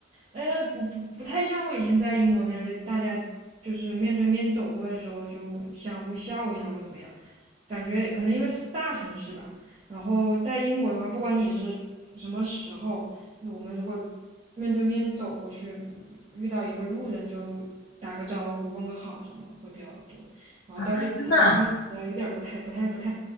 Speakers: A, on the right (about 30°); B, on the left (about 85°).
A: 呃，不不不太像我以前在英国那样，就大家就是面对面走过的时候就相互笑一下或怎么样，感觉可能因为是大城市吧，然后在英国的话，不管你是什么时候。那我们如果面对面走过去，遇到一个路人就打个招呼，问个好什么会比较多。然后到这边来，
B: 啊，真的
A: 刚开始啊有点儿不太、不太、不太，